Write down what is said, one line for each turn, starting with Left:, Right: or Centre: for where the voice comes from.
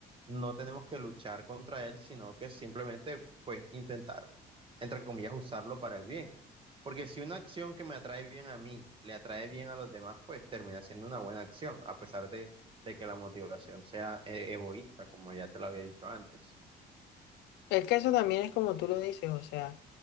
Right: no tenemos que luchar contra él, sino que simplemente pues intentar, entre comillas, usarlo para el bien. Porque si una acción que me atrae bien a mí le atrae bien a los demás, pues termina siendo una buena acción, a pesar de, de que la motivación sea eh, egoísta, como ya te lo había dicho antes.
Left: Es que eso también es como tú lo dices, o sea,